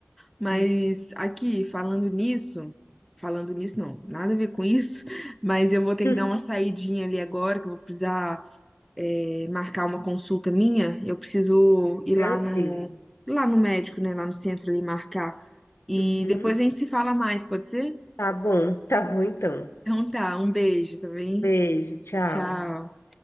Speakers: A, in the centre; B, on the left.
A: Mas
B: Hum.
A: aqui, falando nisso, falando nisso não, nada a ver com isso, <laughs> mas eu vou ter
B: <laughs>
A: que dar uma saidinha ali agora, que eu vou precisar eh, marcar uma consulta minha. Eu preciso ir
B: Tranquilo.
A: lá no, lá no médico, né, lá no centro ali marcar. E
B: Uhum.
A: depois a gente se fala mais, pode ser?
B: Tá bom, tá bom então.
A: Então tá, um beijo, tá bem?
B: Beijo, tchau.
A: Tchau.